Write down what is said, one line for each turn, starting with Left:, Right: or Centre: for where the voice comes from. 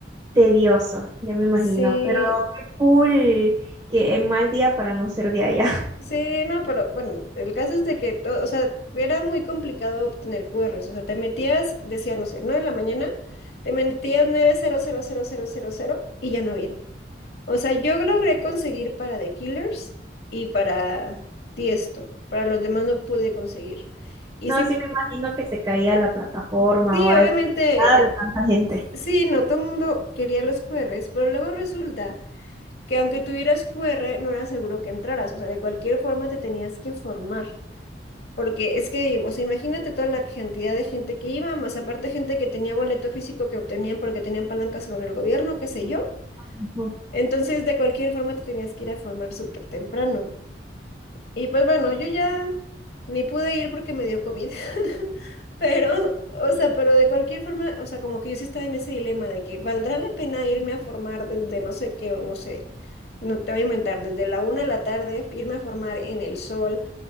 Right: tedioso, ya me imagino,
Left: Sí,
Right: pero qué cool, qué mal día para no ser de allá.
Left: sí, no, pero bueno, el caso es de que todo, o sea, era muy complicado obtener QRs, o sea, te metías, decía, no sé, 9 de la mañana, te metías nueve cero cero cero cero cero cero y ya no había. O sea, yo logré conseguir para The Killers y para Tiesto, para los demás no pude conseguir. Y
Right: No,
Left: sí,
Right: sí me imagino que se caía la plataforma
Left: sí,
Right: o algo.
Left: obviamente,
Right: Nada
Left: eh,
Right: de tanta gente.
Left: sí, no, todo el mundo quería los QRs, pero luego resulta que aunque tuvieras QR, no era seguro que entraras, o sea, de cualquier forma te tenías que formar. Porque es que, o sea, imagínate toda la cantidad de gente que iba, más aparte gente que tenía boleto físico que obtenían porque tenían palancas con el gobierno, qué sé yo.
Right: Ujú.
Left: Entonces, de cualquier forma, te tenías que ir a formar súper temprano. Y pues bueno, yo ya ni pude ir porque me dio COVID. <laughs> Pero, o sea, pero de cualquier forma, o sea, como que yo sí estaba en ese dilema de que valdrá la pena irme a formar desde no sé qué, o no sé, no te voy a inventar, desde la una de la tarde, irme a formar en el sol